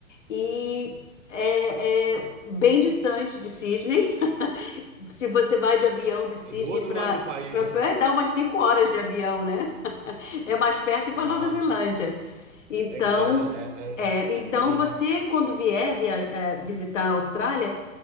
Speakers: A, on the left; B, on the right.
A: e é, é bem distante de Sydney. <laughs> Se você vai de avião de Sydney
B: É do outro
A: para
B: lado do país,
A: para
B: né?
A: Perth, dá umas cinco horas de avião, né? É mais perto ir para
B: Nossa,
A: Nova Zelândia. Então,
B: é grande, é,
A: é,
B: é,
A: então
B: é longe.
A: você quando vier via, é, visitar a Austrália